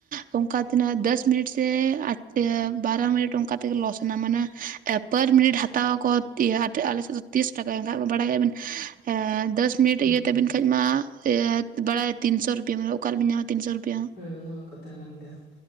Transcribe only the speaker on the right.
ᱚᱱᱠᱟ ᱛᱤᱱᱟᱹᱜ ᱫᱚᱥ ᱢᱤᱱᱤᱴ ᱥᱮ ᱵᱟᱨᱚ ᱢᱤᱱᱤᱴ ᱚᱱᱠᱟ ᱛᱮᱜᱮ ᱞᱚᱥ ᱮᱱᱟ ᱢᱟᱱᱮ ᱯᱟᱨ ᱢᱤᱱᱤᱴ ᱦᱟᱛᱟᱣ ᱟᱠᱚ ᱟᱞᱮ ᱥᱮᱫ ᱫᱚ ᱛᱤᱨᱤᱥ ᱴᱟᱠᱟ ᱮᱱᱠᱷᱟᱱ ᱵᱟᱲᱟᱭ ᱠᱟᱜ ᱵᱤᱱ ᱫᱚᱥ ᱢᱤᱴᱤᱡ
<inaudible> ᱤᱭᱟᱹ ᱛᱟᱵᱮᱱ ᱠᱷᱟᱱ ᱢᱟ ᱵᱟᱲᱟᱭᱟ ᱛᱤᱱᱥᱚ ᱨᱩᱯᱤᱭᱟ ᱢᱟᱱᱮ ᱚᱠᱟᱨ ᱨᱮᱵᱮᱱ ᱧᱟᱢᱟ ᱛᱤᱱᱥᱚ ᱨᱩᱯᱤᱭᱟ ᱦᱚᱸ